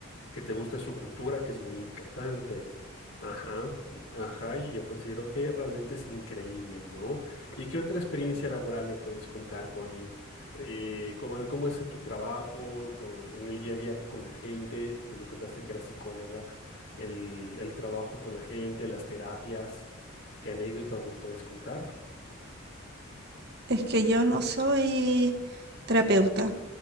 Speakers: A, on the left; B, on the right.
A: que te guste su cultura, que es muy importante. Ajá, ajá, y yo considero que realmente es increíble, ¿no? ¿Y qué otra experiencia laboral me puedes contar, Connie? Eh, ¿cómo, cómo es tu trabajo con, en el día a día con la gente? Tú me contaste que eras psicóloga, el, el trabajo con la gente, las terapias, ¿qué anécdotas me puedes contar?
B: Es que yo no soy terapeuta.